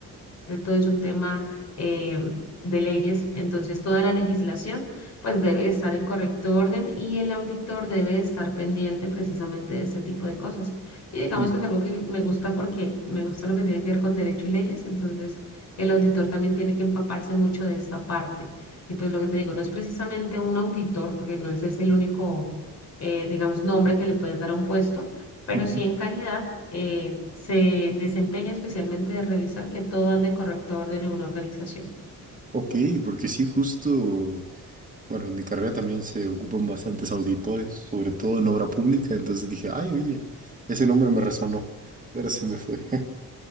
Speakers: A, on the left (about 50°); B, on the right (about 25°).
A: de todo es un tema eh, de leyes, entonces toda la legislación pues debe estar en correcto orden y el auditor debe estar pendiente precisamente de ese tipo de cosas. Y digamos
B: <laughs>
A: que es algo que me gusta porque me gusta lo que tiene que ver con derecho y leyes, entonces el auditor también tiene que empaparse mucho de esta parte. Y pues lo que te digo, no es precisamente un auditor, porque no ese es el único, eh, digamos, nombre que le pueden dar a un puesto pero
B: ujú.
A: sí en calidad eh, se desempeña especialmente de revisar que todo ande en correcto orden en una organización.
B: Ok, porque sí, justo. Bueno, en mi carrera también se ocupan bastantes auditores, sobre todo en obra pública, entonces dije, ay, oye, ese nombre me resonó, pero se me fue. <laughs>